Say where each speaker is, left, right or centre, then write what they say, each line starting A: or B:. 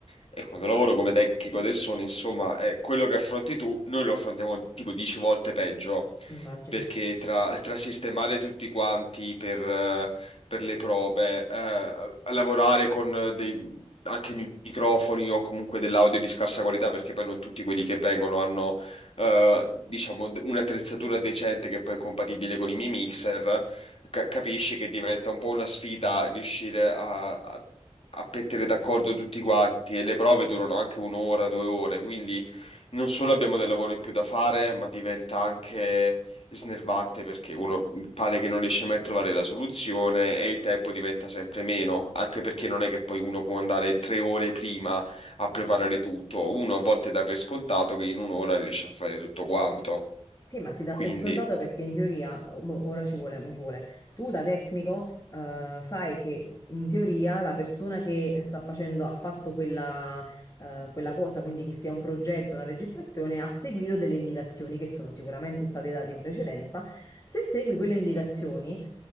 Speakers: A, on the left; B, on the left.
A: e quando lavoro come tecnico del suono, insomma, eh, quello che affronti tu, noi lo affrontiamo tipo 10 volte peggio,
B: immagino.
A: perché tra, tra sistemare tutti quanti per, eh, per le prove, eh, lavorare con eh, dei... anche mi- microfoni o comunque dell'audio di scarsa qualità, perché poi non tutti quelli che vengono hanno, eh, diciamo, d- un'attrezzatura decente che poi è compatibile con i miei mixer ca- capisci che diventa un po' una sfida riuscire a, a, a mettere d'accordo tutti quanti e le prove durano anche un'ora, due ore, quindi non solo abbiamo del lavoro in più da fare, ma diventa anche snervante perché uno pare che non riesce mai a trovare la soluzione e il tempo diventa sempre meno, anche perché non è che poi uno può andare tre ore prima a preparare tutto, uno a volte dà per scontato che in un'ora riesce a fare tutto quanto,
B: Sì, ma si dà
A: quindi...
B: per scontato perché in teoria, mo- ora ci vuole, mo ci vuole. Tu da tecnico, eh, sai che in teoria la persona che sta facendo, ha fatto quella, eh, quella cosa, quindi che sia un progetto, una registrazione, ha seguito delle indicazioni che sono sicuramente state date in precedenza. Se segui quelle indicazioni,